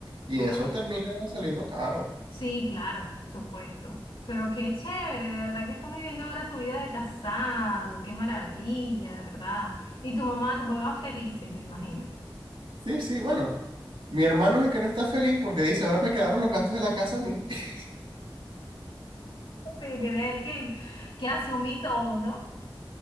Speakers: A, on the right; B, on the left.
A: Y
B: wow.
A: eso termina saliendo caro.
B: Sí, claro, por supuesto. Pero qué chévere, de verdad que estás viviendo ahora tu vida de casado, qué maravilla, de verdad. Y tu mamá, tu papá felices, me imagino. <laughs>
A: Sí, sí, bueno. Mi hermano es el que no está feliz porque dice, ahora me quedaron los gastos de la casa a mí. <laughs>
B: Sí, tiene él que, que asumir todo, ¿no?